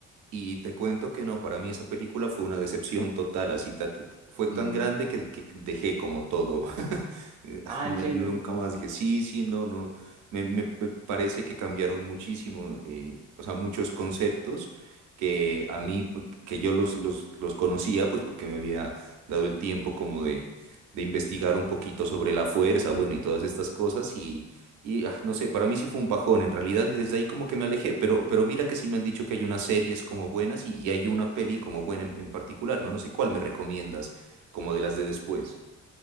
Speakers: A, on the right; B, on the right.
A: Y te cuento que no, para mí esa película fue una decepción total, así ta- ta- fue tan
B: Mm.
A: grande que, que dejé como todo. <laughs> Eh, ah,
B: Ah,
A: no-
B: en serio.
A: no- nunca más dije, sí, sí, no, no. Me, me- me parece que cambiaron muchísimo, eh, o sea, muchos conceptos que a mí, pues, que yo los, los, los conocía, pues porque me había dado el tiempo como de, de investigar un poquito sobre la fuerza, bueno, y todas estas cosas, y y ah, no sé, para mí sí fue un bajón en realidad y desde ahí como que me alejé, pero, pero mira que sí me han dicho que hay unas series como buenas y, y hay una peli como buena en, en particular, ¿no? No sé cuál me recomiendas, como de las de después.